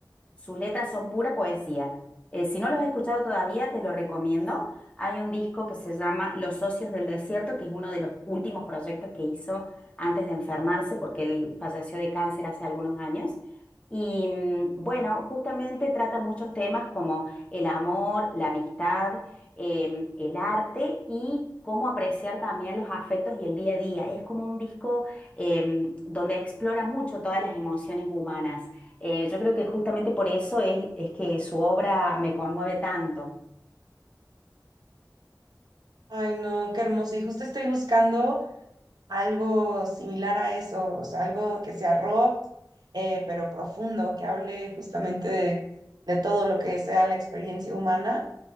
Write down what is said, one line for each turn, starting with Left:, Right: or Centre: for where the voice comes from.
Left: sus letras son pura poesía. Eh, si no los has escuchado todavía, te lo recomiendo. Hay un disco que se llama Los Socios del Desierto, que es uno de los últimos proyectos que hizo antes de enfermarse, porque él falleció de cáncer hace algunos años. Y mm, bueno, justamente trata muchos temas como el amor, la amistad, em, el arte y cómo apreciar también los afectos y el día a día. Es como un disco em, donde explora mucho todas las emociones humanas. Eh, yo creo que justamente por eso es, es que su obra me conmueve tanto,
Right: Ay, no, qué hermoso. Y justo estoy buscando algo similar a eso, o sea, algo que sea rock, eh, pero profundo, que hable justamente de, de todo lo que sea la experiencia humana.